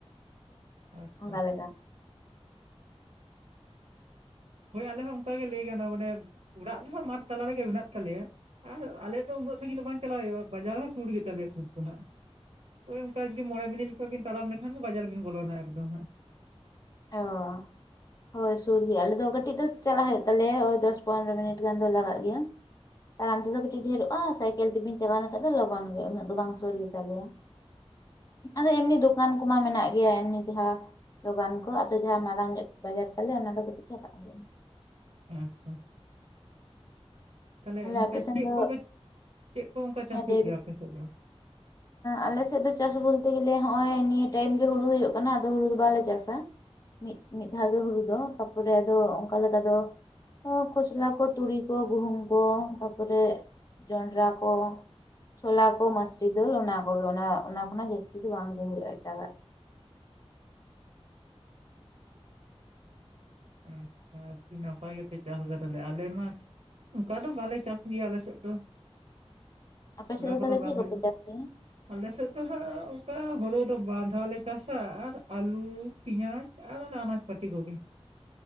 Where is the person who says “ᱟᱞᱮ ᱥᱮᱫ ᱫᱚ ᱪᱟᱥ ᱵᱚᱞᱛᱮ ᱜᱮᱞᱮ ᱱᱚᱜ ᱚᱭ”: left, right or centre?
Left